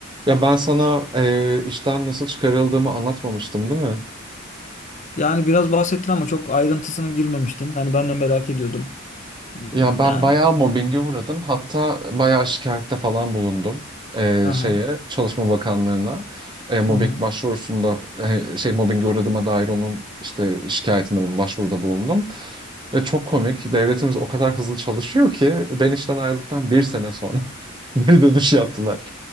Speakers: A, on the right (about 25°); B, on the left (about 35°).
A: Ya ben sana eee, işten nasıl çıkarıldığımı anlatmamıştım, değil mi?
B: Yani biraz bahsettin ama çok ayrıntısına girmemiştin. Hani ben de merak ediyordum. Hmm,
A: Ya ben
B: Yani.
A: bayağı mobbinge uğradım. Hatta bayağı şikayette falan bulundum. Ee,
B: Aha,
A: şeye Çalışma Bakanlığı'na Ee, mobbing
B: aha.
A: başvurusunda e, şey mobbinge uğradığıma dair onun işte şikayetinde bulundum, başvuruda bulundum. Ve çok komik. Devletimiz o kadar hızlı çalışıyor ki ben işten ayrıldıktan bir sene sonra <laughs> geri dönüş yaptılar.